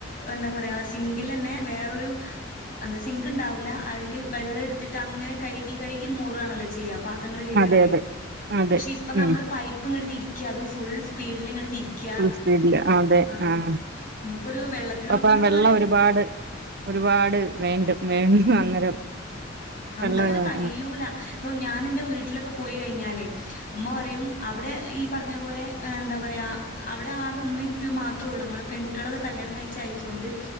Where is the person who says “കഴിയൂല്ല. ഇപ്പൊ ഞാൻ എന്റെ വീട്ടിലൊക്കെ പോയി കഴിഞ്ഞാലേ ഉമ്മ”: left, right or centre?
Left